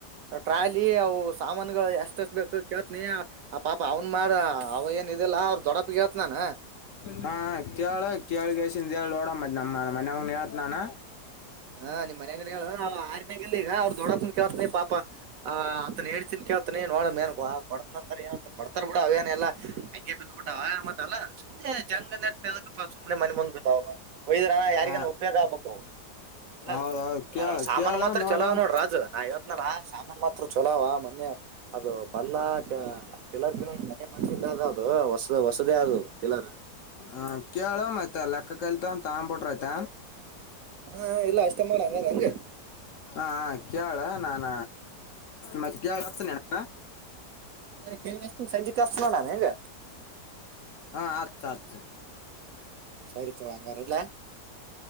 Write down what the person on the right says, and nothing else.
ಟ್ರಾಲಿ ಅವು ಸಾಮಾನುಗಳು ಎಷ್ಟಷ್ಟ ಬೇಕು ಕೇಳ್ತ್ನಿ ಆ ಪಾಪ ಅವನ್ ಮಾಡ ಅವ ಏನ್ ಇದಿಲ್ಲಾ ಅವ್ರ ದೊಡ್ಡಪಗತ್ ನಾನ
ಹಾ ನಿಮ್ ಮನ್ಯಾಗ್ರ ಹೇಳ ಆರನಾಗಲ್ಲ ಈಗ ಅವ್ರ ದೊಡ್ಡಪ್ಪ ಕೆಲ್ಥೇನ್ ಪಾಪ ಆ್ ಅನ್ ಹೇತಿ ಕಳ್ತ ನೋಡ ಕೊನಂತ ಏ ಕೊಡ್ತಾರ ಬಿಡ ಅವೇನೆಲ್ಲ ಅಐಗೆ ಬಿದ್ದ್ಬಟ್ಟ ಆಯಾಮ ಅಲ್ಲ ಸು್ನೆ ಜಂಗ ನೆ ಸುಮ್ನೆ ಮನೆ ಮುಂದ್ ಬಾವಾಗ ಒಯದರ ಯಾರಿಗ
ಉಪಯೋಗ ಪ್ಪ ಇಲ್ಲ
ಸಾಮಾನ್
ಮಾತ್ರ
ಚಲಾವ್ ನೋಡ್ರ ರಾಜು ನಾ ಇವತ್ನಲ್ಲ ಸಾಮಾನನ್ ಮಾತ್ರ ಚಲಾವ್ ಮ ಮ ಅದು ಬಲ್ಲ ಟಲರ್ ಕಲರ್ ಮನೆ ಮಾಡ್ಸಿದ್ದ ಹ ಹೊಸದ ಹೊಸದೇ ಆದದು ಕಂಬ
ಹಾ ಇಲ್ಲ ಅಷ್ಟೇ ಮಾಡ ಹಂಗಾರ ಹಂಗ
ಅ ಕಳಷ್ಟ ಸಂಜಿಷ್ಟ ನ ನಾನ ಹೆಂಗ
ಹ ಸರಿ ತವಾಂಗಾರಲ್ಲ